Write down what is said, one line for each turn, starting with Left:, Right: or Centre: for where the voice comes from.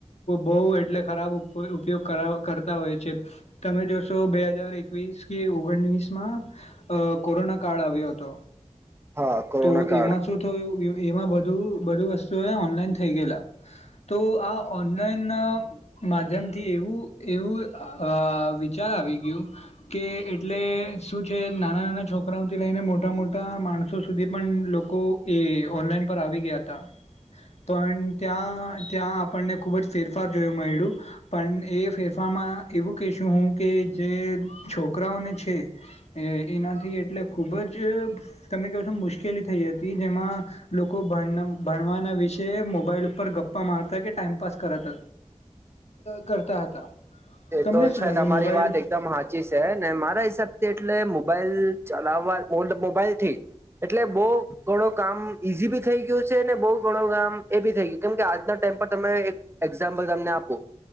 Left: બહુ એટલે ખરાબ ઉપ ઉપયોગ કરાવ કરતા હોય છે તમે જોશો બે હજાર એકવીસ કે ઓગણીસમાં કોરોના કાળ આવ્યો હતો.
Right: હા કોરોના
Left: તો
Right: કાળ
Left: એમાં શું થયું એમાં બું બધું વસ્તુ ઓનલાઈન થઈ ગયેલા. તો આ ઓનલાઈન માધ્યમ થી એવું એવું <unintelligible> ચાલ આવી ગયું કે એટલે શું છે નાના-નાના છોકરા ઓથી લઈને મોટા મોટા માણસો સુધી પણ લોકો એ ઓનલાઈન પર આવી ગયા હતા. પણ ત્યાં ત્યાં આપણને ખુબ જ ફેરફાર જોયો મળડું પણ એ ફેર ફારમાં એવું કહેશું હું કે જે છોકરાઓને છે એનાથી એટલે ખૂબ જ તમે ક છો મુશ્કેલી થઈ હતી જેમાં લોકો ભણ ભણવાના વિશે મોબાઈલ ઉપર ગપ્પા મારતા કે ટાઈમપાસ કરત કરતા હતા.
Right: એ
Left: તમને
Right: તો
Left: શું
Right: છે
Left: લાગે
Right: તમારી
Left: મોબાઈલ
Right: વાત એકદમ હાચી છે ને મારા હિસાબથી એટલે મોબાઈલ ચલાવાલ મોબાઈલથી એટલે બહુ ગણો કામ ઈઝી બી થઈ ગયું છે ને બહુ ગણું કામ એ બી થઈ ગયું કેમ કે આજના ટાઈમે પર તમે એક એક્ઝામ્પલ તમને આપો